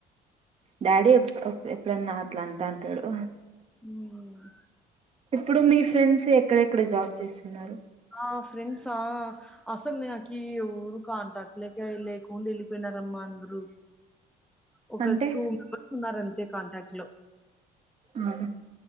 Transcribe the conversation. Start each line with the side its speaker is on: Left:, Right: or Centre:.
Right: డాడీ ఎప్‌అప్పెప్పుడన్నా, అట్లా అంటాంటడు.
Centre: ఊమ్మ్.
Right: ఇప్పుడు మీ ఫ్రెండ్స్, ఎక్కడెక్కడ జాబ్ చేస్తున్నారు.
Centre: మా ఫ్రెండ్స్ అ? అసలు నాకీ ఎవ్వరూ, కాంటాక్లేక లేకుండా ఎల్లిపోయినారమ్మా అందరూ. ఒక
Right: అంటే
Centre: టూ <unintelligible> మెంబర్స్ ఉన్నార, అంతే కాంటాక్ట్. ట్లూ.
Right: ఊహూ